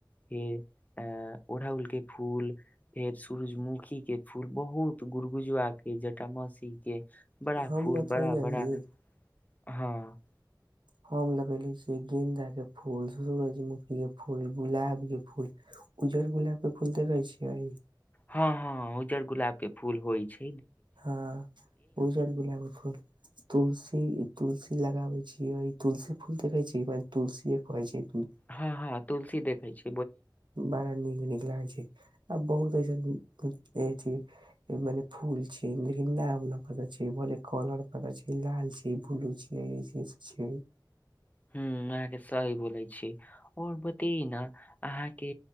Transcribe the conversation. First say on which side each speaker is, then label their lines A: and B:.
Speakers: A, on the left; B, on the right.
A: फेर ओड़हुल के फूल, फेर सूरजमुखी। <unintelligible> के फूल बहुत गुड़ गुजवा के जटा मसी के। बड़ा
B: हम
A: फूल
B: बतईआई
A: बड़ा बड़ा
B: ई। <unintelligible>
A: हँ। <unintelligible>
B: हम लगेले छियै गेंन्दा के फूल, सूरजमुखी के फूल, गुलाब के फूल, उज्जर गुलाब, के फूल, देखे छियै
A: हँ- हँ उज्जर गुलाब के फूल होइ छैय। <unintelligible>
B: हँ <unintelligible> उज्जर गुलाब फुल। तुलसी -तुलसी लगााबइ छीयै तुलसी फूल देखै छीयै ओइमे तुलसीए फरई छैय।
A: हँ -हँ तुलसी देखे छीयै। <unintelligible>
B: बड़ा नीक -नीक लाग छैय आ बहुत। <unintelligible> जैसे में अ ऐथी मने फूल छैय लेकिन नाम नहि पता छैय भले कलर पता छैय लाल छैय ब्लू छसे छैय। <unintelligible>
A: ह्म अहाँके सही बोलै छी आओर बते ने अहाँके